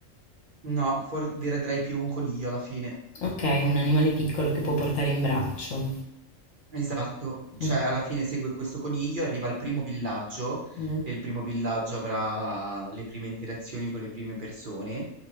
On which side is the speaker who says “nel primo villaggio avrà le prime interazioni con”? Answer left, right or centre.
Right